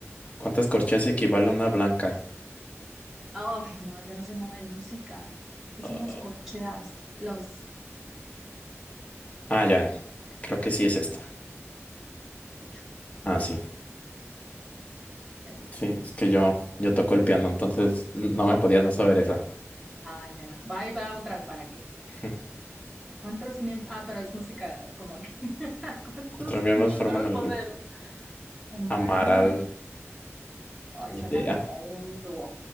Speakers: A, on the left (about 30°); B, in the centre.
A: ¿Cuántas corcheas equivale a una blanca?
B: Ay, no, yo no sé nada de música. ¿Qué
A: Ah,
B: son las corcheas? Los
A: ah, ya.
B: mm,
A: Creo que sí es esta.
B: ocho,
A: Ah, sí.
B: la atinaste.
A: Sí, es que yo, yo toco el piano, entonces no me podía no saber esa.
B: Ay, mira, va y va otra para que.
A: <laughs>
B: ¿Cuántos miembros? Ah, pero es música como que. <laughs> ¿Cuántos
A: ¿Cuántos miembros
B: miembros
A: forman el
B: puede
A: grupo?
B: haber? Amaral?
A: Amaral.
B: Ay,
A: Ni
B: suena
A: idea.
B: como un dúo.